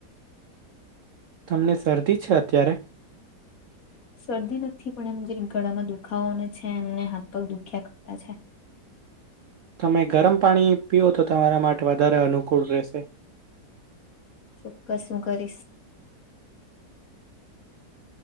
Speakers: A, on the right; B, on the left.
A: તમને શરદી છે, અત્યારે?
B: શરદી નથી પણ એમ જીરીક ગળામાં દુખાવોને છે, એમને હાથ પગ દુખ્યા કરતા છે. <inaudible>
A: તમે ગરમ પાણી પીઓ તો તમારા માટે વધારે અનુકૂળ રહેશે
B: ચોક્કસ હું કરીશ